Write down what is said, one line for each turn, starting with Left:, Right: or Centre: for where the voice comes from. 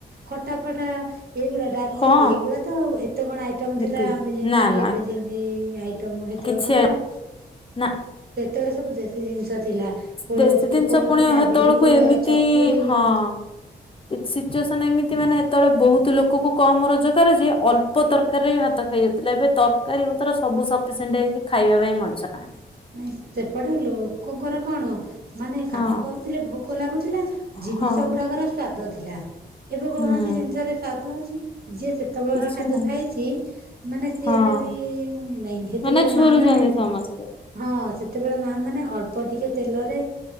Right: ଖଟା ଫଟା ଏଇଗୁଡା। ଡାଲି
Left: ହଁ
Right: ଏଗୁଡ଼ା ତ ଏତେ କଣ ଆଇଟମ୍
Left: ଲିପି
Right: ଥିଲା ଆମେ ଯେମତି
Left: ନା ନା
Right: ଏବେ ଯେମତି ଆଇ ଟମ୍ ସେତେବେଳକୁ
Left: କିଛି
Right: କଣ ଥିଲା।
Left: ନା।
Right: ସେତେବେଳେ ସବୁ ଦେଶୀ ଜିନିଷ ଥିଲା
Left: ଦେଶୀ ଜିନିଷ
Right: ପୋଡ
Left: ପୁଣି
Right: ପିଠା
Left: ହେତେବେଳକୁ
Right: ବିରି ପୋଡ
Left: ଏମିତି
Right: ଚକୁଳି।
Left: ହଁ
Right: <inaudible>
Left: ସିଚୁଏସନ ଏମିତି ମାନେ ସେତେବେଳେ ବହୁତ ଲୋକ କୁ କମ ରୋଜଗାର ଯ ଅଳ୍ପ ତରକାରୀ ବି ହାତ। ହେଇଯାଉଥିଲା ଏବେ ତରକାରୀ ପତର ସବୁ ସଫିସିଣ୍ଟ ହେଇକି ଖାଇବା ପାଇଁ ମଣିଷ ନାହାନ୍ତି।
Right: ନାଇ ସେପଟେ ଲୋକଙ୍କର କଣ ମାନେ କାମ
Left: ହଁ
Right: କରୁଥିଲେ ଭୋକ ଲାଗୁଥିଲା ଜିନିଷ
Left: ହଁ
Right: ଗୁଡାକର ସ୍ଵାଦ ଥିଲା ଏବେ କୌଣସି
Left: ହୁଁ
Right: ଜିନିଷରେ ସ୍ଵାଦ ଅଛି ଯିଏ ସେ କେତେବେଳର
Left: କିଛି
Right: ଖାଦ୍ୟ
Left: ନାହିଁ
Right: ଖାଇଛି ମାନେ ସିଏ
Left: ହଁ
Right: ଏବେ ବି ନାଇଁ ହେତେବେଳେ
Left: ମାନେ ଝୁରୁଛନ୍ତି
Right: ମା ମାନେ
Left: ସମସ୍ତେ।
Right: ହଁ ସେତେବେଳେ ମା ମାନେ ଅଳ୍ପ ଟିକେ ତେଲରେ